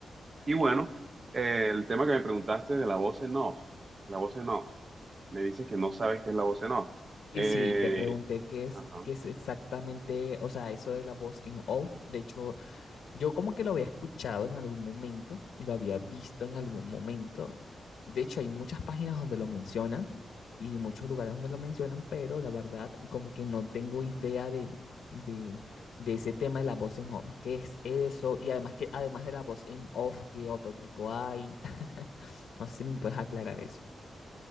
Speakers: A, on the right (about 35°); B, on the left (about 80°).
A: Y bueno, eh, el tema que me preguntaste de la voz en off, la voz en off, me dices que no sabes qué es la voz en off.
B: Sí,
A: Eh,
B: sí, te pregunté qué es,
A: ajá.
B: qué es exactamente, o sea, eso de la voz en off. De hecho, yo como que lo había escuchado en algún momento y lo había visto en algún momento. De hecho, hay muchas páginas donde lo mencionan y muchos lugares donde lo mencionan, pero la verdad como que no tengo idea de, de, de ese tema de la voz en off. ¿Qué es eso? Y además que además de la voz en off, ¿qué otro tipo hay? <laughs> No sé si me puedes aclarar eso.